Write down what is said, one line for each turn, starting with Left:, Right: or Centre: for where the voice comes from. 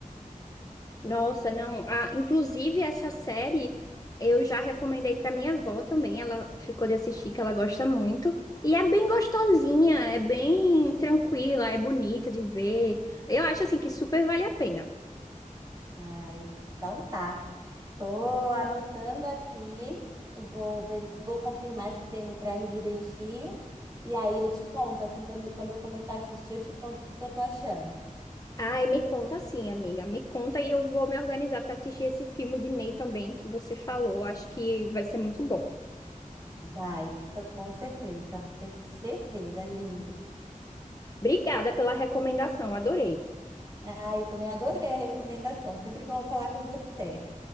Left: Nossa, não. Ah, inclusive, essa série eu já recomendei pra minha avó também. Ela ficou de assistir, que ela gosta muito. E é bem gostosinha, é bem tranquila, é bonita de ver. Eu acho assim que super vale a pena.
Right: Ai, então tá. Tô anotando aqui, vou ver, se- vou confirmar se tem no Prime direitinho. E aí eu te conto, assim, quando, quando eu começar a assistir, eu te conto o que que eu tô achando.
Left: Ai, me conta sim, amiga. Me conta e eu vou me organizar para assistir esse filme de Ney também que você falou. Acho que vai ser muito bom.
Right: Vai, tô com certeza. Tenho certeza, é lindo.
Left: Obrigada pela recomendação, adorei.
Right: Ah, eu também adorei a recomendação. Sempre bom falar com você.